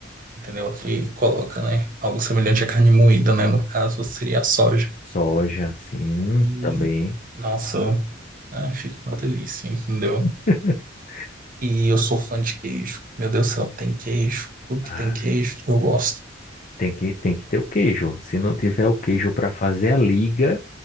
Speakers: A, on the right; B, on the left.
A: entendeu? Que coloca, né? Algo semelhante à carne moída, né? No caso, seria a soja.
B: soja, sim,
A: E,
B: também.
A: nossa, ah, fica uma delícia, entendeu?
B: <laughs>
A: E eu sou fã de queijo. Meu Deus do céu, tem queijo. Tudo
B: Ah,
A: que tem queijo, eu gosto.
B: tem que, tem que ter o queijo. Se não tiver o queijo para fazer a liga,